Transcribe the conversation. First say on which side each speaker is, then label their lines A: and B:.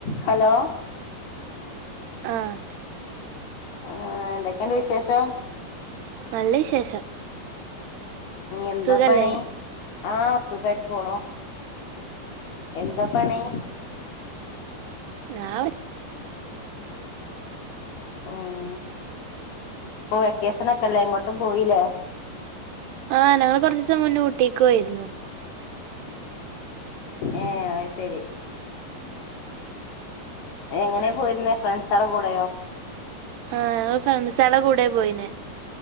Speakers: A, on the left (about 65°); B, on the right (about 75°).
A: Hello.
B: ആഹ്.
A: ആഹ് എന്തൊക്കെയുണ്ട് വിശേഷം?
B: നല്ല വിശേഷം.
A: ഇനി എന്താ
B: സുഖല്ലേ
A: പണി ആഹ് സുഖായിട്ട് പോണു. എന്താ പണി?
B: ഞാവ്ടെ-
A: ഉം ഇപ്പോ വെക്കേഷനൊക്കെല്ലേ എങ്ങോട്ടും പോയില്ലേ?
B: ആഹ് ഞങ്ങൾ കൊറച്ച്സം മുന്നേ ഊട്ടീക്കൊയിരുന്നു.
A: ഏഹ് അയ്ശരി. എങ്ങനാ പോയിരുന്നേ ഫ്രണ്ട്സടെ കൂടെയോ?
B: ആഹ് ഞങ്ങള് ഫ്രണ്ട്സ്ൾടെ കൂടെ പോയിനെ